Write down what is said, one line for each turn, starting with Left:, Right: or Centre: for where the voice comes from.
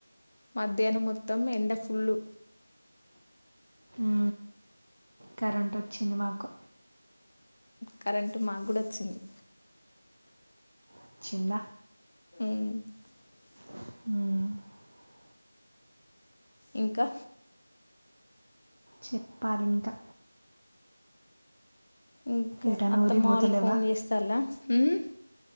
Left: మధ్యాహ్నం మొత్తం ఎండ ఫుల్లు
Right: ఆ కరెంట్ వచ్చింది మాకు
Left: కరెంటు మాకు కూడా వచ్చింది
Right: వచ్చింద
Left: <inaudible>
Right: <inaudible>
Left: ఇంకా
Right: చెప్పాలింకా
Left: ఇంకా
Right: ఎటైనా
Left: అత్తమ్మ
Right: ఊరికి పోతలేవా
Left: వాలు ఫోన్ చేస్తలాా హుమ్